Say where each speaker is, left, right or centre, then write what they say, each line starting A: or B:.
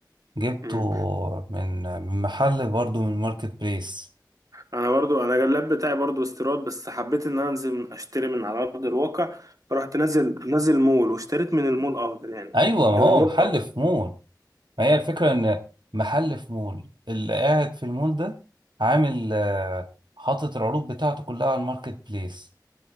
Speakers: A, on the right (about 85°); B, on the right (about 50°).
A: جبته
B: أمأم.
A: من من محل برضه من ماركت بليس
B: أنا برضو أنا اللاب بتاعي برضو استيراد بس حبيت إن أنا أنزل أشتري من على أرض الواقع رحت نازل نازل مول واشتريت من المول أفضل يعني
A: ايوه ما
B: كان
A: هو
B: المول
A: محل
B: أفضل
A: في مول ما هي الفكره ان محل في مول اللي قاعد في المول ده عامل آه، حاطط العروض بتاعته كلها على الماركت بليس